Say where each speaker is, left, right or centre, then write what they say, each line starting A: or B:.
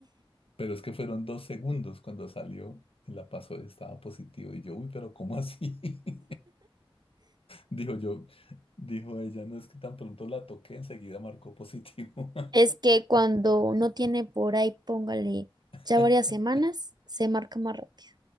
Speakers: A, on the left (about 75°); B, on the right (about 45°).
A: Pero es que fueron dos segundos cuando salió, la pasó y estaba positivo. Y yo, uy, pero ¿cómo así? <laughs> Dijo yo, dijo ella, no es que tan pronto la toqué, enseguida marcó positivo.
B: Es que cuando no tiene por ahí, póngale
A: <laughs>
B: ya varias semanas, se marca más rápido.